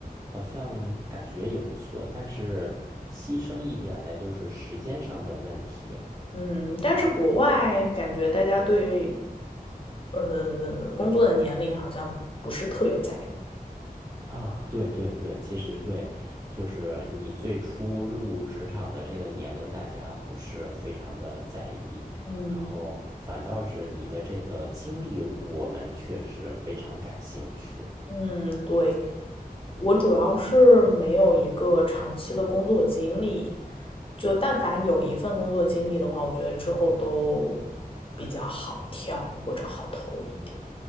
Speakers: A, on the right (about 20°); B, on the left (about 35°).
A: 好像感觉也不错，但是牺牲一点的就是时间上的问题。
B: 嗯，但是国外感觉大家对呃工作的年龄好像不是特别在意。
A: 啊，对对对，其实对，就是你最初入职场的这个年龄，大家不是非常的在意，
B: 嗯
A: 然后反倒是你的这个经历，我们确实非常感兴趣。
B: 嗯，对，我主要是没有一个长期的工作经历，就但凡有一份工作经历的话，我觉得之后都比较好跳或者好投一点，